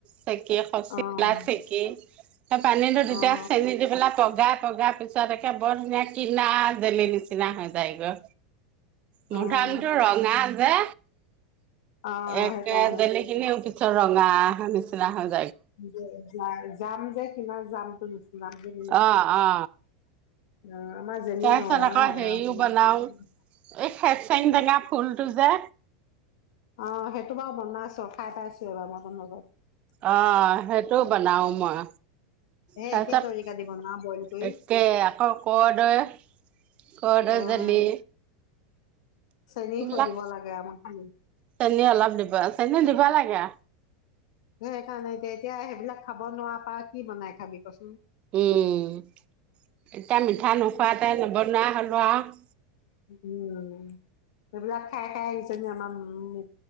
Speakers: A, on the right; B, on the left.
A: চেকি খচিলা
B: অ',
A: চেকি ত পানীতো তেতিয়া
B: অ',
A: চেনি দি পেলাই পগাই পগাই পিছত একে বৰ ধুনীয়া কিনা জেলি দিছে। নিচিনা হৈ যাই গৈ মধামটো
B: অ',
A: ৰঙা, এ,
B: অ',
A: একে
B: সেইকাৰণে
A: জেলিখিনি উঠি। ৰঙা নিচিনা হৈ
B: যে য যাম যে কিমান যাম উম। কিমান দি দি লৈছিলা?
A: অ অ
B: অ আমাৰ যেনি
A: তাৰপিছত
B: <unintelligible>
A: আকৌ হেৰিও বনাও এই খেচাৰি টেঙা ফুলটো যে
B: অ সেইটো বাৰু বনাইছোঁ, খাই পাইছোঁ, ‌ এবাৰ <unintelligible>
A: অ সেইটোও বনাও মই,
B: সেই
A: তাৰপিছত
B: একে তৰিকা দি বনাও বইল কৰি
A: একে আকৌ কৰদৈ, কৰদৈ
B: অ',
A: জেলি।
B: চেনি
A: বিলাক,
B: সৈ দিব লাগে আমাৰ খালি
A: চেনী অলপ দিবা, চেনী দিব লাগে।
B: সেইকাৰণে এতিয়া, এতিয়া সেইবিলাক খাব নোৱাৰা পৰা কি বনাই খাবি, ক চোন?
A: উম, এতিয়া মিঠা নোখোৱাতে নবনোৱা হলোঁ আৰু।
B: উম, সেইবিলাক খাই, ‌ খাই, ইজনী আমাৰ মি